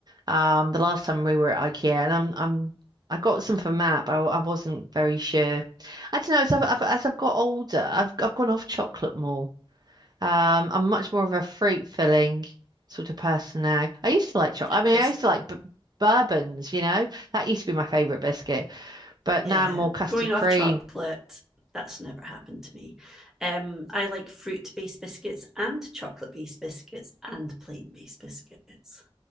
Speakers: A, on the right; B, in the centre.
A: Um, the last time we were at IKEA, and I'm I'm I got some for Matt, but I, I wasn't very sure. I don't know. As I've, I've as I've got older, I've I've gone off chocolate more. Um, I'm much more of a fruit filling sort of person now. I used to like chocolate.
B: that
A: I mean,
B: has
A: I used to like b bourbons. You know, that used to be my favorite biscuit. But
B: yeah.
A: now I'm more custard
B: Going
A: cream.
B: off chocolate, that's never happened to me. Um, I like fruit based biscuits and chocolate based biscuits and plain based biscuits.